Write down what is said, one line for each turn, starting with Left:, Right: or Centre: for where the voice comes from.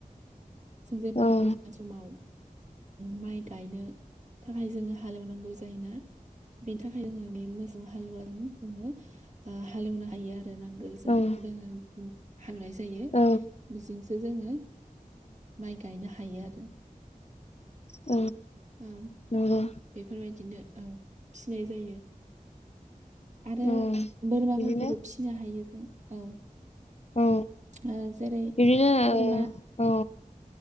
Right: जोंजे
Left: औ औ नंगौ
Right: <unintelligible> समाव माइ गायनो थाखाय जोंनो हाले एवनांगौ जायोना बेनि थाखाय <unintelligible> जोङो बे मोसौ हालुवाजों जोङो हालेवनो हायो आरो नांगोलजों
Left: नोंथां
Right: बे <unintelligible> हांनाय जायो
Left: औ
Right: बेजोंसो जोङो माइ गायनो हायो आरो
Left: औ
Right: ओ
Left: नंगौ
Right: बेफोरबायदिनो औ फिसिनाय जायो आरो
Left: औ
Right: बोरमाफोरखौबो
Left: बिदिनो
Right: फिसिनो हायो जों औ
Left: औ
Right: ओ जेरै
Left: बिदिनो
Right: बोरमा
Left: ओ औ